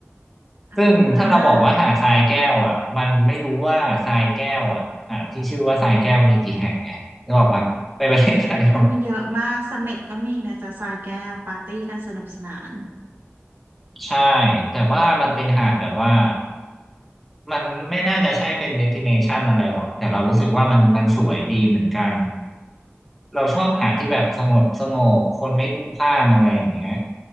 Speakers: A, on the right; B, in the centre.
A: อ่
B: ซึ่งถ้าเราบอกว่าหาดทรายแก้วอ่ะมันไม่รู้ว่าทรายแก้วอ่ะหาดที่ชื่อว่าทรายแก้วมีกี่แห่งไงนึกออกปะในประเทศไทยเรา
A: าจริงมันมีเยอะมากเสม็ดก็มีนะจ๊ะทรายแก้วปาร์ตี้กันสนุกสนาน
B: ใช่แต่ว่ามันเป็นหาดแบบว่ามันไม่น่าจะใช่เป็นเดสติเนชันอะไรหรอกแต่เรารู้สึกว่ามันมันสวยดีเหมือนกัน เราชอบหาที่แบบสงบสงบคนไม่พลุกพล่านอะไรอย่างเงี้ย
A: อืม